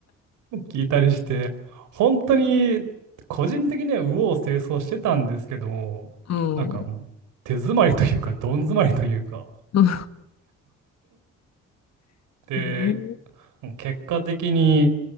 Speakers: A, on the right; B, on the left.
A: 聞いたりして、本当に個人的には右往左往してたんですけど、
B: うん。
A: なんかもう手詰まりというか、どん詰まりというか。
B: うん。
A: で、
B: えー、
A: もう結果的に、